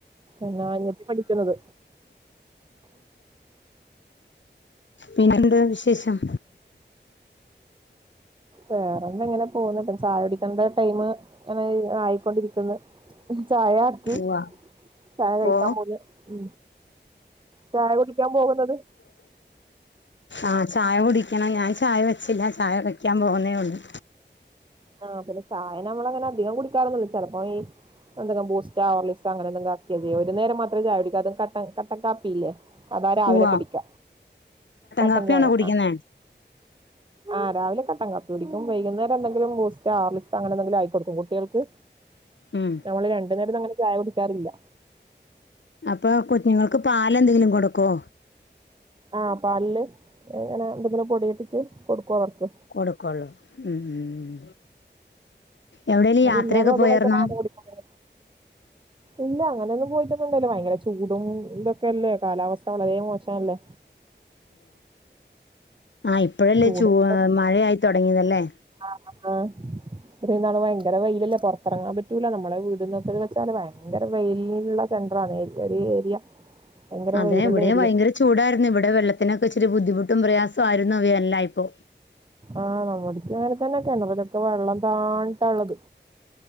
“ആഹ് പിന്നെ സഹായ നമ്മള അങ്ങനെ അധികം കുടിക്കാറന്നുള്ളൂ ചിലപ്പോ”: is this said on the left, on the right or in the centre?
Right